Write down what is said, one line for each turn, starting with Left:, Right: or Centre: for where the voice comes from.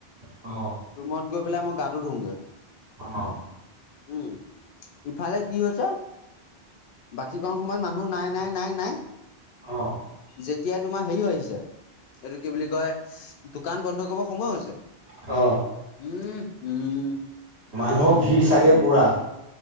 Right: অঁ।
Left: ৰুমত গৈ পেলাই মই গাটো ধুওঁগৈ।
Right: অহ
Left: উম ইফালে কি হৈছে বাকীকণ সময়ত মানুহ নাই নাই নাই নাই।
Right: অ।
Left: যেতিয়া তোমাৰ হেৰিও আহিছে এইটো কি বুলি কয় দোকান বন্ধ কৰিব সময় হৈছে।
Right: অ।
Left: উম হোম।
Right: মানুহৰ ভিৰ চাগে পূৰা।